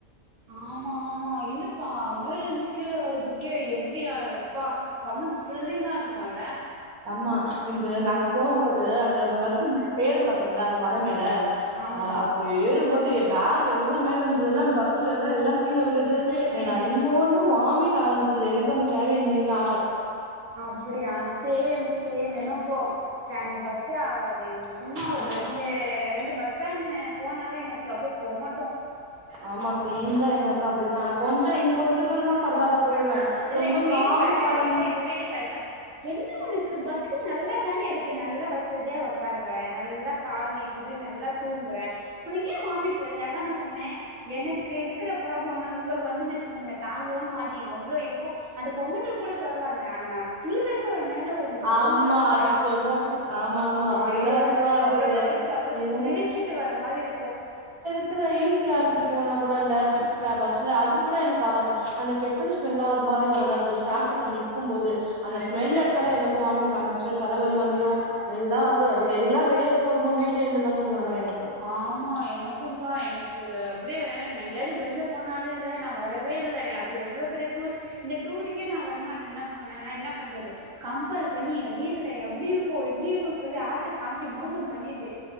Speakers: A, on the right (about 60°); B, on the right (about 85°).
A: ஆம்மா ஆம்மா இல்லப்பா மேல இர்ந்து கீழ வர்றதுக்கே எப்டியா எப்பா செம்ம த்ரில்லிங்கா இருக்கோல்ல
B: அம்மா இந்த நாங்க போம்போது அந்த பஸ்ல பேரு பாத்தீங்களா அந்த மல மேல
A: ஆம்மாம்
B: அப்ப அ ஏறும்போது எ பேக் எல்லா மேல இந்ததெல்லா பஸ் உள்ளதா எல்லா கீழ விழுது
A: கீழ விழுந்துச்சு
B: எ நா என்னவோ வந்து வாமிட் ஆரம்பிச் சுது எனக்கு அந்த டிராவ இந்தீங்களா
A: அப்டியா சேம் சேம் எனக்கோ ட்ரெயின் பஸ்ஸே ஆகாது சும்மா
B: ஆமா
A: ஒரு ரெண்டு ரெண்டு பஸ் சானு போனாலே எனக்கு அப்டே கொமட்டு
B: ஆமா சேம்தா எனக்கு அப்டிதா கொஞ்ச இங்க கொஞ்ச தூரன்னா பரவால போயிடுவே
A: இல்ல
B: ரொம்ப
A: எங்க வீட்டுக்காரு
B: லாங் டிராவலிங்
A: இல்ல எங்க வீட்டுக்காருல்ல என்ன ஒனக்கு பஸ்ஸு நல்லா தானே இருக்கு நல்ல வசதியா ஒ உக்கார நல்லா கால் நீட்டிட்டு நல்லா தூங்குறே உனக்கு ஏ வாமிட் வருது அதா நா சொன்னே எனக் கு இருக்கிற ப்ராப்ள ஒண்ணு உங்களுக்கு வந்துனுச்சு வைங்க தாங்கவே மாட்டீங்க அவ்ளோ இருக்கு அந்த கொமட்டல் கூட ப பரவால ஆனா கீழ இந்து ஒரு மேல ஒன்னு வரும்
B: ஆமா
A: பாருங்க
B: அது கொமட்டிட் ஆமா ஆமா அப்டிதா
A: அய் அய்யோ
B: இருக்கு அது
A: அவ்ளோ பை த்து அப்டியே
B: என்ன
A: கிழிச்சிட்டு வர மாரி இருக்கோ
B: க்குற ஈ சி ஆருக்கு போனா கூடல்ல ட்ரா பஸ்ல அது கூட எனக்கு ஆவாது அந்த பெட் ட்ரோல் ஸ்மெல்லா ஒரு மாரி வருல்ல அந்த ஸ்ட்ராஃபிக்ல நிக்கும் போது அந்த ஸ்மெல் எடுத்தாலே எனக்கு வாமிட் ஆரம்பிச்சிரு தலவலி வந்துரு எல்லா வந்துரு அது எதுக்குல்லா வெளிய போறோமோ வீட்லயே இருந்தற்ல்லா சொல்லி வரோ எனக்கு
A: ஆமா எனக்கும்பா எனக்கு அப்பிடியே நா எங்கயாச்சு பஸ்ல போனாலே ல நா வரவே இல்ல ய அது எவ்ளோ பெரிய டூர் இந்த டூர்ருக்கே நா வரமாட்டே தா சொன்ன ஆனா என்ன பண்றது கம்பல் பண்ணி ஏ வீ ட்ல அப்டி இருக்கு இப்டி இருக்குன்னு சொல்லி ஆச காம்ச்சி மோசோ பண்ணிட்டு